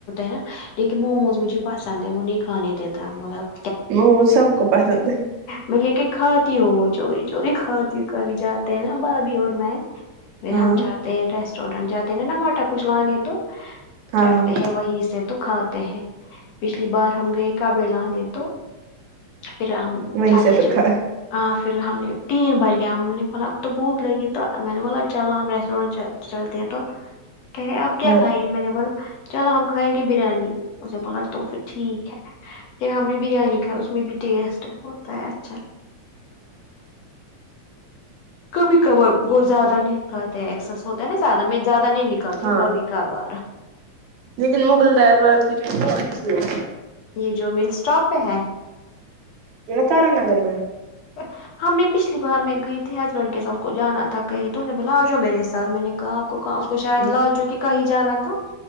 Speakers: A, on the left; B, on the right.
A: نا لیکن موموز مجھے پسند ہے وہہ نہیں کھانے دیتا مطب
B: موموز سب کو پسند ہے
A: میں لیکن کھاتی ہو وہ چوری چوری کھاتی ہوں کبھی جاتے ہیں نا بھابھی اور میں پھر
B: ہاں
A: ہم جاتے ہیں ریسٹورینٹ جاتے نا آٹا کچھ لانے تو
B: ہاں
A: چڑھتے
B: ہاں
A: ہیں وہی سے تو کھاتے ہیں پچھلی بار ہم گئے کپڑے لانے تو پھر ہم
B: وہیں
A: چلتے
B: سے پھر
A: چلت
B: کھا
A: ہ پھر ہم نے تین بج گیا ہم نے بولا اب تو بھوک لگی تو میں نے بولا چلو ہم ریسٹورینٹ چلتے ہیں تو کہہ رہے آپ کیا
B: کھا
A: کھائیں گے میں نے بلا چلو ہم کھائیں گے بریانی اسے بولا تو پھر ٹھیک ہے پھر ہم نے بریانی کھائی اس میں بھی ٹیسٹ ہے اچھا کبھی کبار وہ زیادہ نہیں کاتے ہیں ایکسس ہوتا ہے نا زیادہ میں زیادہ نہیں نکالتی
B: ہاں
A: ہوں کبھی کب ارا
B: لیکن مغل دروار <unintelligible> کی اچھی ہوتی ہے
A: یہ جو مل اسٹاپ پہ ہے
B: جناکرا نگرر میں
A: ا ہم نے پچھلی بار میں گئی تھی ہسبینڈ کے ساتھ کو جانا تھا کہیں تو اس نے بلا آ جا میرے ساتھ میں نے کہاں آپ اس کو شاید
B: ہے
A: لال چکی کہیں جانا تھا